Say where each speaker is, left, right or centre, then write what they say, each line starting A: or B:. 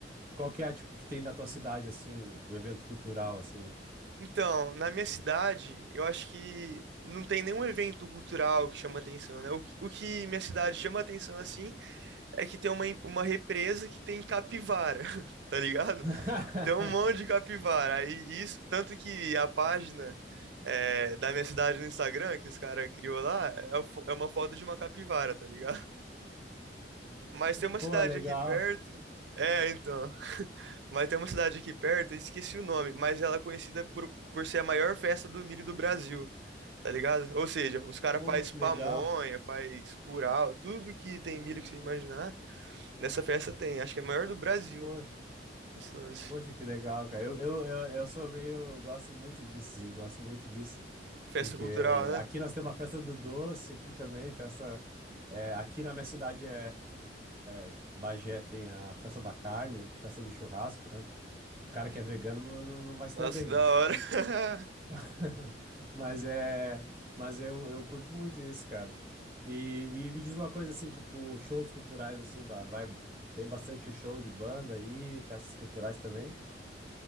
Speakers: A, on the right; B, on the right.
A: Qual que é, tipo, que tem da tua cidade, assim, o evento cultural, assim?
B: Então, na minha cidade, eu acho que não tem nenhum evento cultural que chama atenção, né? O, que- o que minha cidade chama atenção assim é que tem uma, em- uma represa que tem capivara, <laughs> tá ligado?
A: <laughs>
B: Tem um monte de capivara. Aí isso, tanto que a página é, da minha cidade no Instagram, que os caras criou lá, é, a fo- é uma foto de uma capivara, tá ligado? Mas tem uma
A: Pô,
B: cidade
A: legal.
B: aqui perto. É, então. Mas tem uma cidade aqui perto, eu esqueci o nome, mas ela é conhecida por, por ser a maior festa do milho do Brasil, tá ligado? Ou seja, os caras
A: Pô,
B: faz
A: que
B: pamonha,
A: legal.
B: faz curau, tudo que tem milho que você imaginar. Nessa festa tem, acho que é a maior do Brasil,
A: Poxa.
B: esse lance.
A: Poxa, que legal, cara. Eu, eu, eu, eu sou meio. Gosto muito disso, sim. Gosto muito disso.
B: Festa
A: Porque
B: cultural, né?
A: aqui nós temos a festa do doce, aqui também, festa. é, aqui na minha cidade é, é- é Bagé, tem a festa da carne, festa do churrasco, né? O cara que é vegano não, não vai se
B: Nossa,
A: dar bem,
B: que da
A: né?
B: hora. <laughs>
A: <laughs> Mas é. Mas eu, eu curto muito isso, cara. E, e me diz uma coisa assim, tipo, shows culturais, assim, vai, vai- tem bastante show de banda aí, festas culturais também.